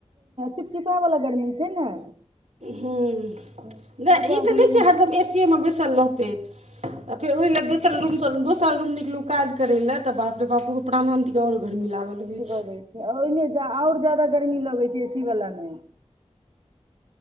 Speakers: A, on the right (about 50°); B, on the right (about 75°).
A: चिपचिपा बला गरमी छै ने।
B: हूं,
A: चिपचिपा
B: इ तऽ
A: जेना
B: नहि
A: हँ
B: छै हरदम ए सी ए मे बैसल रहतै। फेर ओहि ल दोसर रूम दोसर रूम निकलू काज करय लए, तऽ बाप रे बाप! प्राणांतिक आओर गरमी लागऽ
A: अन्त
B: लगै
A: कऽ
B: छै।
A: दै ओहिमे आओर जादा गरमी लगैत छै, ए सी बला मे।